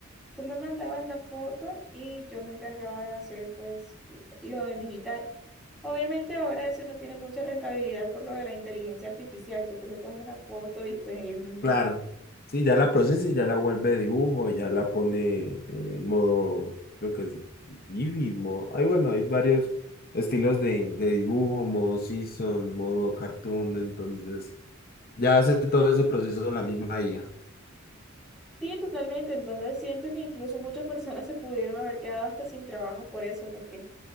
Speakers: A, in the centre; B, on the left.
A: Tú me mandabas la foto y yo me encargaba de hacer pues lo en digital. Obviamente ahora eso no tiene mucha rentabilidad por lo de la inteligencia artificial. Tú colocas una foto y pues ellos mismos.
B: Claro. Sí, ya la procesa y ya la vuelve dibujo, y ya la pone eh, en modo, creo que es Eevee, modo, ay, bueno, hay varios estilos de, de dibujo, modo season, modo cartoon, entonces ya hace todo ese proceso la misma IA.
A: Sí, totalmente. Entonces siento que incluso muchas personas se pudieron haber quedado hasta sin trabajo por eso, porque